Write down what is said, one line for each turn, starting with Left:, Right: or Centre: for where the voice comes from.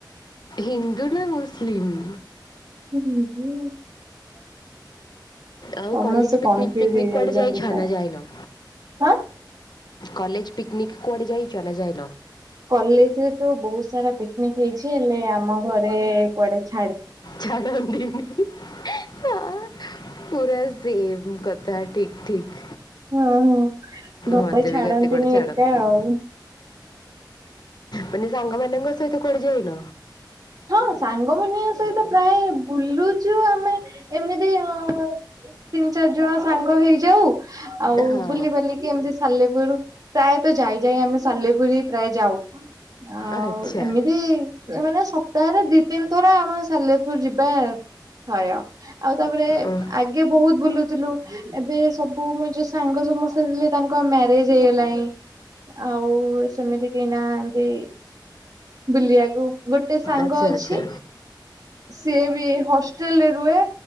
Left: ହିନ୍ଦୁ ନା ମୁସଲିମ
Right: <inaudible>
Left: ଆଉ
Right: ସମସ୍ତେ
Left: କଲେଜ ପିକନିକ୍
Right: କନଫ୍ୟୁଜ
Left: ଫିକନିକ୍
Right: ହେଇଯାଉଛନ୍ତି
Left: କୁଆଡ଼େ ଯାଇଛ
Right: ପ୍ରାୟ
Left: ନା ଯାଇନ?
Right: ହଁ
Left: କଲେଜ ପିକନିକ୍ କୁଆଡ଼େ ଯାଇଚ ନା ଯାଇନ?
Right: କଲେଜରେ ତ ବହୁତ ସାରା ପିକନିକ୍ ହେଇଛି ହେଲେ ଆମ ଘରେ କୁଆଡ଼େ ଛାଡ଼
Left: ଛାଡ଼ନ୍ତିିନି ଆ ପୁରା ସେମ୍ କଥା ଠିକ୍ ଠିକ୍
Right: ହଁ
Left: ମୋତେ
Right: ହଁ ଛାଡନ୍ତିନି
Left: ବି କେତେ କୁଆଡ଼େ ଛାଡନ୍ତିନି
Right: ଏକା ଆଉ
Left: ମାନେ ସାଙ୍ଗମାନଙ୍କ ସହିତ କୁଆଡ଼େ ଯାଇନ?
Right: ହଁ ସାଙ୍ଗମାନଙ୍କ ସହିତ ପ୍ରାୟ ବୁଲୁଛୁ ଆମେ ଏମିତି ହଁ ତିନି ଚାରି ଜଣ ସାଙ୍ଗ ହେଇଯାଉ ଆଉ
Left: ହଁ
Right: ବୁଲି ବାଲିିକି ଏମିତି ସାଲେପୁର ପ୍ରାୟତ ଯାଇ ଯାଇ ଆମେ ସାଲେପୁର ହିଁ ପ୍ରାୟ ଯାଉ ଆଉ
Left: ଆଚ୍ଛା
Right: ଏମିତି ମାନେ ସପ୍ତାହରେ ଦି ତିନିଥର ଆମ ସାଲେପୁର ଯିବା ଥୟ ଆଉ ତାପରେ
Left: ଉଁ
Right: ଆଗେ ବହୁତ ବୁଲୁ ଥିଲୁ ଏବେ ସବୁ ମ ଯୋଉ ସାଙ୍ଗ ସମସ୍ତେ ଥିଲେ ତାଙ୍କ ମ୍ୟାରେଜ ହେଇଗଲାଣି। ଆଉ ସେମିତି କେହି ନାହାନ୍ତି ବୁଲିବାକୁ ଗୋଟେ ଗୋଟେ ସାଙ୍ଗ
Left: ଆଚ୍ଛା
Right: ଅଛି
Left: ଆଚ୍ଛା
Right: ସିଏ ବି ହଷ୍ଟେଲରେ ରୁହେ